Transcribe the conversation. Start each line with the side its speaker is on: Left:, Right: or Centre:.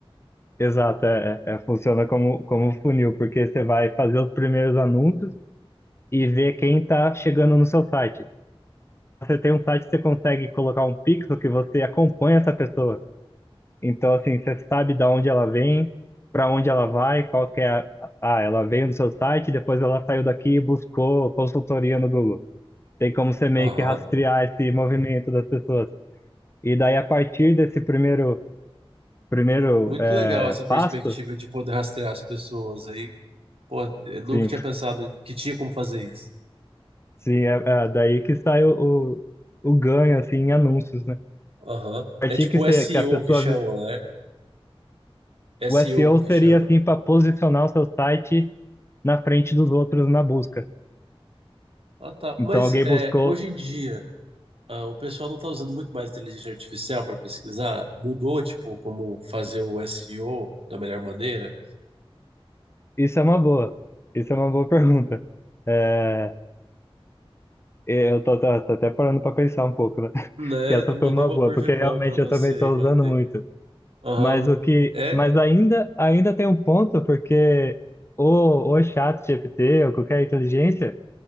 Left: exato, é, é, é, funciona como, como funil, porque você vai fazer os primeiros anúncios e ver quem está chegando no seu site. você tem um site, você consegue colocar um pixel que você acompanha essa pessoa. Então, assim, você sabe da onde ela vem, para onde ela vai, qual que é a... Ah, ela veio no seu site, depois ela saiu daqui e buscou consultoria no Google. Tem como você meio
Right: Aham.
Left: que rastrear esse movimento das pessoas. E daí, a partir desse primeiro, primeiro
Right: Muito
Left: é,
Right: legal essa perspectiva
Left: passo,
Right: de poder rastrear as pessoas aí. Pô, eu nunca
Left: sim,
Right: tinha pensado que tinha como fazer isso.
Left: sim, é, é daí que sai o, o, o ganho, assim, em anúncios, né?
Right: Aham.
Left: A partir
Right: É tipo
Left: que, você,
Right: SEO
Left: que a pessoa...
Right: que chamam,
Left: vis-
Right: né? SEO
Left: O SEO
Right: que
Left: seria,
Right: chama.
Left: assim, para posicionar o seu site na frente dos outros na busca.
Right: Ah, tá.
Left: Então
Right: Mas
Left: alguém
Right: é,
Left: buscou.
Right: hoje em dia, ah, o pessoal não está usando muito mais inteligência artificial para pesquisar. Mudou, tipo, como fazer o SEO da melhor maneira,
Left: Isso é uma boa. Isso é uma boa pergunta. É, eu tô, tô- tô até parando para pensar um pouco, né? <laughs>
Right: né?
Left: Que essa
Right: Mandei
Left: foi uma
Right: uma
Left: boa,
Right: curveball
Left: porque realmente
Right: para você
Left: eu também estou
Right: aí, mandei.
Left: usando muito.
Right: Aham,
Left: Mas o que,
Right: é?
Left: mas ainda, ainda tem um ponto, porque o, o chat GPT ou qualquer inteligência,